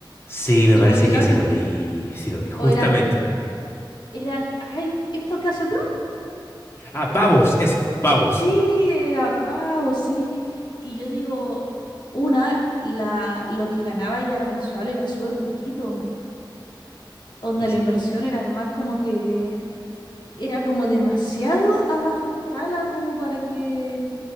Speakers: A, on the left; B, on the left.
A: Sí, me
B: tipo
A: parece
B: literalmente,
A: que sí lo vi, sí lo vi, justamente.
B: o eran, eran, ay, esto que hace...
A: Ah, pavos, eso, pavos.
B: Sí, era pago, sí. Y yo digo, una, la, lo que ganaba ya mensual era súper poquito. Onda,
A: Exacto,
B: la inversión era más como que era como demasiado a bajo escala como para que